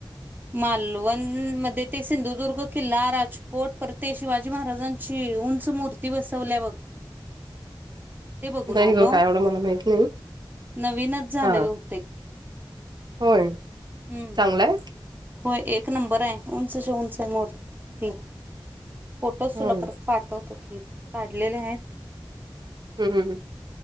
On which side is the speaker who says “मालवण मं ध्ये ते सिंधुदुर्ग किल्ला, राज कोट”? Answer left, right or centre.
Right